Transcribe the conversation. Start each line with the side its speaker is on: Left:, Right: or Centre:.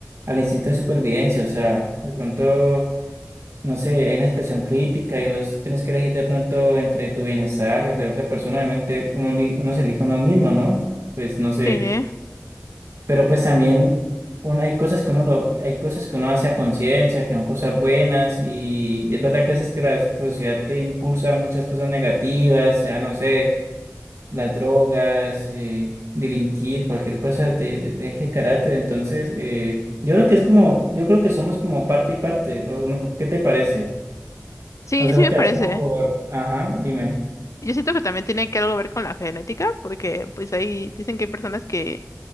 Right: al instinto de supervivencia. O sea, de pronto, no sé, hay una situación crítica y vos tenés que elegir de pronto entre tu bienestar o el de otra persona. Obviamente, uno, eli- uno se elige a uno mismo, ¿no? Pues no sé.
Left: Sí,
Right: Pero pues también un- hay cosas que uno lo, hay cosas que uno hace a conciencia, que son cosas buenas, y es verdad que a veces que la sociedad te impulsa a muchas cosas negativas, sea, no sé, las drogas, eh, delinquir, cualquier cosa de, de, de ese carácter. Entonces, eh, yo creo que es como, yo creo que somos como parte y parte. ¿o uno- ¿qué te parece?
Left: sí,
Right: O solo
Left: sí me
Right: te
Left: parece.
Right: das como por, ajá, dime.
Left: Yo siento que también tiene que algo ver con la genética, porque pues ahí dicen que hay personas que